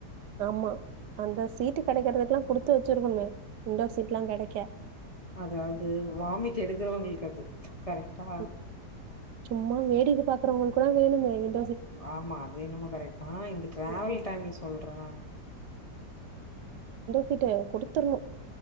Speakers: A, on the right (about 75°); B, on the left (about 25°).
A: ஆமா அந்த சீட்டு கெடைக்கறதுக்லா குடுத்து வெச்சிருக்குணுமே விண்டோ சீட்லா கெடைக்க
B: அதாவ்து வாமிட் எடுக்கறவங்கள்க்கு அது கரெக்டா
A: ம், சும்மா வேடிக்க பாக்கறவங்களுக்லா வேணுமே வின்
B: ஆமா அது என்னமோ கரெக்ட் தா இந்த டிரேவல்
A: ம்
B: டைம்ல சொல்ற நானு
A: தீட்டு குடுத்தர்ணு